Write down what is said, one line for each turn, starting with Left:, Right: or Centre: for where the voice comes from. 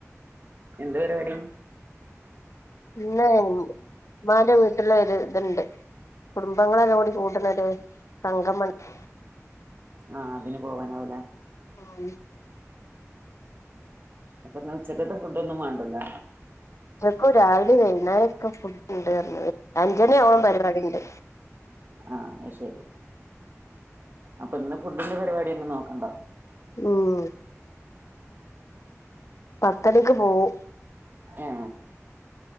Right: എന്ത് പരിപാടി
Left: പിന്ന ഉമ്മാന്റെ വീട്ടിൽ ഒരു ഇതുണ്ട് കുടുംബങ്ങളെല്ലും കൂടി കൂടണൊരു സംഗമം ഉണ്ട്
Right: ആഹ് അതിന് പോവാനാവുല്ലെ
Left: ആഹ്
Right: അപ്പൊന്ന ഉച്ചക്കത്തെ ഫുഡ് ഒന്നും വേണ്ടല്ലോ
Left: ഉച്ചക്കും രാവിലെ വൈുന്നര ഒക്കെ ഫുഡ്ണ്ട്റഞ് അഞ്ചണി ആവോളും പരിപാടി ഉണ്ട്
Right: ആഹ് അത് ശരി അപ്പൊ ഇന്ന് ഫുഡിന്റെ പരിപാടിയൊന്നും നോക്കണ്ട
Left: ഉം പത്തണിക്ക് പോവു
Right: ഏ